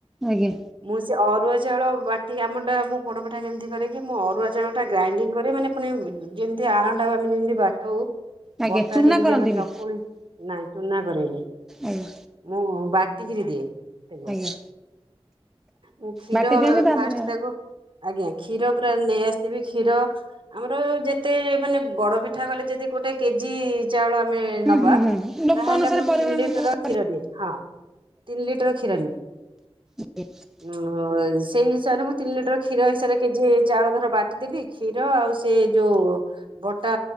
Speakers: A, in the centre; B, on the right.
A: ଆଜ୍ଞା
B: ମୁଁ ସେ ଅରୁଆ ଚାଉଳ ବାଟି ଆମଟା ମୁଁ ପୋଡପିଠା ଯେମିତି କରେ କି? ମୁଁ ଅରୁଆ ଚାଉଳଟା ଗ୍ରାଇଡିଙ୍ଗ କରେ ମାନେ ପୁଣି ଯେମତି ଆରଟ ଆମେ ଯେମିତି ବାଟଉ
A: ଆଜ୍ଞା
B: ବଟା
A: ଚୁନା
B: ଯେମିତି
A: କରନ୍ତିନି
B: ଆମେ ଚକୁଳି ନାଇଁ ଚୁନା କରେନି।
A: ଆଜ୍ଞା
B: ମୁଁ ବାଟି କିରି ଦିଏ। ତାକୁ
A: ଆଜ୍ଞା
B: ମୁଁ କ୍ଷୀର
A: ବାଟି ଦିଅନ୍ତି ତାପରେ
B: ଫାଷ୍ଟ ତାକୁ- ଆଜ୍ଞା, କ୍ଷୀର ପୁରା ନେଇ ଆସିଥିବି କ୍ଷୀର। ଆମର ଯେତେ ମାନେ ବଡ ପିଠା କଲେ ଯଦି ଗୋଟେ କେଜି ଚାଉଳ ଆମେ
A: ହୁଁ
B: ନେବା
A: ହୁଁ ହୁଁ ଲୋକ
B: ତାହେଲେ
A: ଅନୁସାରେ
B: ମୁଁ
A: ପରିମାଣ
B: ତିନି ଲିଟର କ୍ଷୀର ଦେବି ହଁ। ତିନି ଲିଟର କ୍ଷୀର ଦେବି।
A: <unintelligible>
B: ହୁଁ ହଁ ସେଇ ହିସାବରେ ମୁଁ ତିନି ଲିଟର କ୍ଷୀର ହିସାବରେ କେଜି ଚାଉଳ ଧର ବାଟି ଦେଲି। କ୍ଷୀର ଆଉ ସେ ଯୋଉ ବଟା